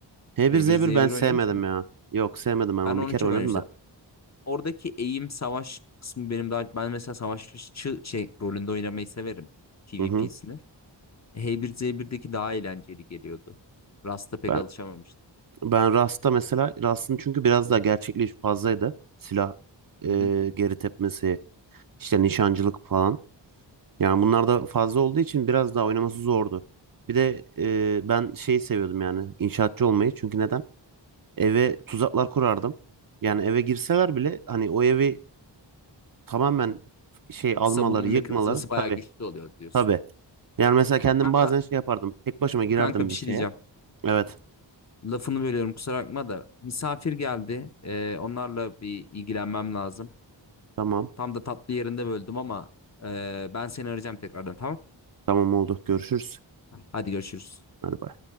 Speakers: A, on the right; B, on the left.
A: h
B: h
A: bir z
B: bir z
A: 1
B: bir
A: ben sevmedim
B: oynamış mıyım?
A: ya. Yok sevmedim ben onu.
B: Ben onu
A: Bir kere
B: çok
A: oynadım
B: oynamıştım.
A: da.
B: Oradaki eğim savaş kısmı benim daha... Ben mesela savaşçı şey, rolünde oynamayı severim. PvP'sini.
A: Hı hı.
B: h bir z 1deki daha eğlenceli geliyordu. Rust'a pek
A: Ben,
B: alışamamıştım.
A: ben Rust'ta mesela Rust'ın çünkü biraz daha gerçekliği fazlaydı. Silah e,
B: Hı hı.
A: geri tepmesi, işte nişancılık falan. Yani bunlar da fazla olduğu için biraz daha oynaması zordu. Bir de e, ben şeyi seviyordum yani inşaatçı olmayı. Çünkü neden? Eve tuzaklar kurardım. Yani eve girseler bile hani o evi tamamen şey almaları,
B: Savunma Hmm.
A: yıkmaları
B: mekanizması bayağı
A: tabii
B: güçlü oluyor diyorsun.
A: tabii. Yani mesela kendim
B: Kanka,
A: bazen şey yapardım. Tek başıma girerdim
B: kanka bir
A: bir
B: şey
A: şeye.
B: diyeceğim.
A: Evet.
B: Lafını bölüyorum kusura bakma da. Misafir geldi. Ee, onlarla bir ilgilenmem lazım.
A: Tamam.
B: Tam da tatlı yerinde böldüm ama... ee, ben seni arayacağım tekrardan tamam?
A: Tamam oldu. Görüşürüz.
B: Hadi görüşürüz.
A: Hadi bay.